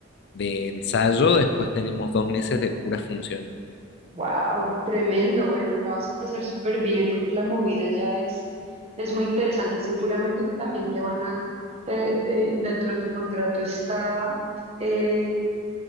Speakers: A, on the left (about 55°); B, on the right (about 30°).
A: de ensayo, después tenemos dos meses de puras funciones.
B: Wow, tremendo. Bueno, la vas a pasar súper bien porque la movida ya es, es muy interesante. Seguramente que también te van a, te- te- dentro de tu contrato está eh,